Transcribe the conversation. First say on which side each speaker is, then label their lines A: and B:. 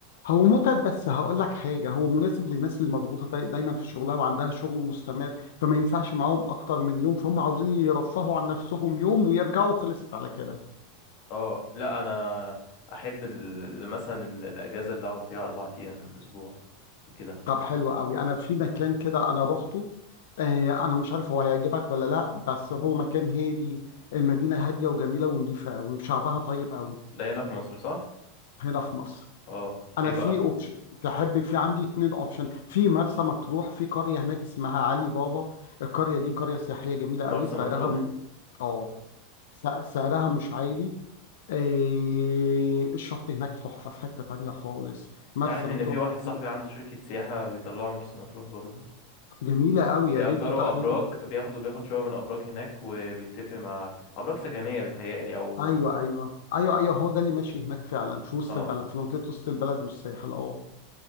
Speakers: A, on the left; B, on the left.
A: هو متعب بس هقول لك حاجة هو مناسب للناس اللي مضغوطة داي- دايما في شغلها وعندها شغل مستمر فما ينفعش معاهم أكتر من يوم فهم عاوزين يرفهوا عن نفسهم يوم ويرجعوا خلصت على كده
B: اه لا انا احب ال... ال- مثلا ال- الاجازه اللي اقعد فيها اربع ايام اسبوع كده
A: طب حلو قوي أنا في مكان كده أنا روحته آه أنا مش عارف هو هيعجبك ولا لأ بس هو مكان هادي المدينة هادية وجميلة ونظيفة قوي وشعبها طيب قوي
B: ده هنا في مصر صح
A: هنا في مصر
B: اه
A: انا
B: ايه
A: في
B: بقى
A: اوبشن تحب في عندي اتنين اوبشن في مرسى مطروح في قريه هناك اسمها علي بابا القريه دي قريه سياحيه جميله قوي
B: مرسى
A: سعرها
B: مطروح
A: م... اه س- سعرها مش عالي إيه... الشط هناك تحفه في حته تانية خالص مرسى
B: تعرف
A: مطروح
B: ان في واحد صاحبي
A: دي
B: عنده شركة سياحة بيطلعوا مرسى مطروح برضه
A: جميله قوي
B: بيأجروا
A: يا ريت تتاح
B: أبراج
A: ليك الفرصة.
B: بياخدوا بياخد شقة من أبراج هناك وبيتفق مع أبراج سكنية بتهيألي أو
A: ايوه ايوه ايوه ايوه هو ده اللي ماشي هناك فعلا في وسط
B: اه
A: البلد في منطقه وسط البلد والساحل اه